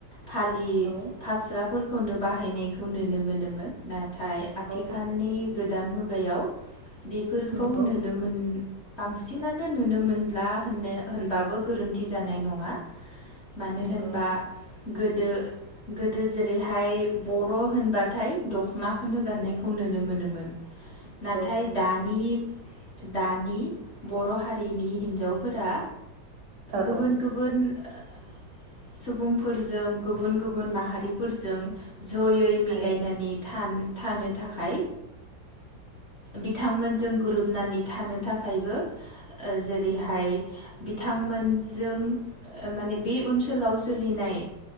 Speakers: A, on the left; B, on the right.
A: फालि
B: औ
A: फास्रााब फोरखौनो बाहायनायखौ नुनो मोनोमोन। नाथाय
B: नंगौ
A: आथिखालनि गोदो दा मुगायाव बेफोरखौ
B: नंगौ
A: नुनो मोन बांसिनानो नुनो मोनला होननो होनबाबो गोरोन्थि जानाय नङा। मानो
B: नंगौ
A: होनबा गोदो गोदो जे ओमफाय बर' होनबाथाय दख माहोनो गाननायखौ नुनो मोनोमोन।
B: नंगौ
A: नाथाय दानि दानि बर' हारिनि हिन्जावफोरा
B: औ
A: गुबुन गुबुन ओ सुबुंफोरजों गुबुन गुबुन माहारि फोरजों जयै
B: थारैनो
A: मिलायनानै थानो थाखाय बिथांमोनजों गोरोबनानै थानो थाखायबो ओ जेरैहाय बिथांमोनजों माने बे ओनसोलाव सोलिनाय